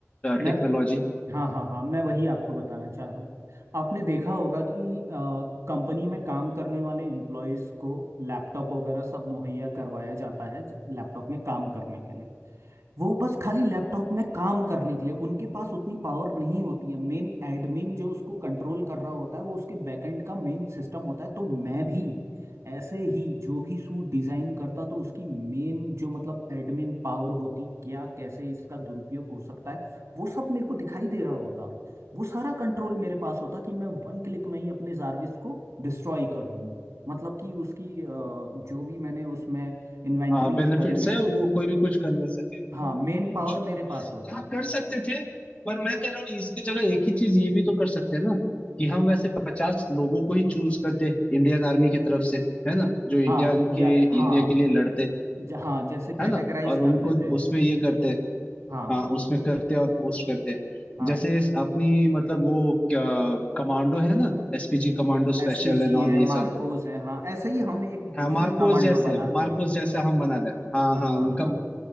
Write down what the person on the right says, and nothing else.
मैं
हाँ हाँ हाँ मैं वही आपको बताना चाह रहा हूँ आपने देखा होगा कि कंपनी में काम करने वाले एम्प्लॉयज़ को लैपटॉप वगैरह सब मुहैया करवाया जाता है लैपटॉप में काम करने के लिए वो बस खाली लैपटॉप में काम करने के लिए उनके पास उतनी पावर नहीं होती है मेन एडमिन जो उसको कंट्रोल कर रहा होता है वो उसके बैकएंड का मेन सिस्टम होता है तो मैं भी ऐसे ही जो भी सूट डिजाइन करता तो उसकी मेन जो मतलब एडमिन पावर होती क्या कैसे इसका दुरुपयोग हो सकता है वो सब मेरे को दिखाई दे रहा होता वो सारा कंट्रोल मेरे पास होता कि मैं वन क्लिक में ही अपने जारविस को डिस्ट्रॉय कर दूं मतलब कि उसकी अ, जो भी मैंने उसमें इन्वेंट्रीज
करी हैं
हाँ
मेन
पावर मेरे पास होती
हाँ या
हाँ
ज, हाँ जैसे कैटेगराइज
कर
देते हैं
हाँ
हाँ
एसपीजी
है
मार्कोस
है हाँ ऐसे ही हम एक दूसरी
कमांडो
बनाते
हैं
हाँ
हाँ हाँ